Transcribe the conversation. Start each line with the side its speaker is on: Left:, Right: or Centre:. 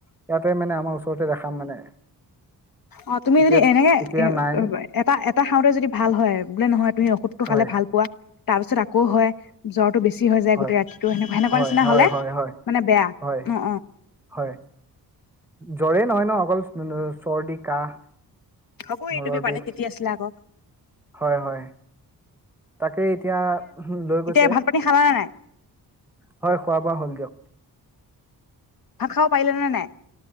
Centre: ইয়াতে মানে আমাৰ ওচৰতে দেখাম মানে।
Left: অ তুমি
Centre: এতিয়া
Left: যদি এনেকে,
Centre: এতিয়া
Left: এ
Centre: নাই
Left: এটা এটা খাওঁতে যদি ভাল হয় বোলে নহয় তুমি ঔষধটো
Centre: হয়
Left: খালে ভাল পোৱা তাৰ পিছত আ আকৌ হয় জ্বৰটো বেছি। ঠিক হৈ যায়
Centre: হয়
Left: গোটেই ৰাতিটো সেনেকুৱা সেনেকুৱা
Centre: হয়
Left: নিচিনা
Centre: হয়
Left: হলে
Centre: হয় হয়
Left: মানে বেয়া
Centre: হয়
Left: অ অ
Centre: হয় জ্বৰেই নহয় ন অকল চৰ্দি কাহ
Left: হ'ব এই
Centre: মূৰৰ
Left: তুমি এই পানিত
Centre: বিষ
Left: তিতি আছিলা আকৌ
Centre: হয় হয়। তাকেই এতিয়া লৈ গৈছে
Left: এতিয়া ভাত পানী খালা নে নাই
Centre: হয় খোৱা বোৱা হল দিয়ক।
Left: ভাত খাব পাৰিলে নে নাই।